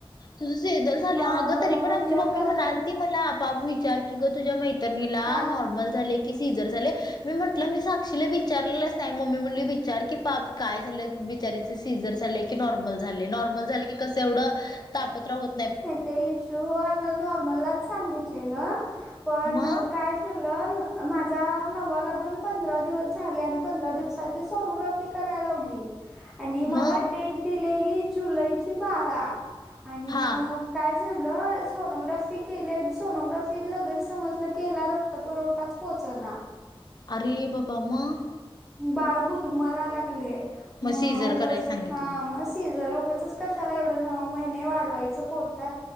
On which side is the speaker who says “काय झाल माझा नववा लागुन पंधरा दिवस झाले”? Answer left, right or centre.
Centre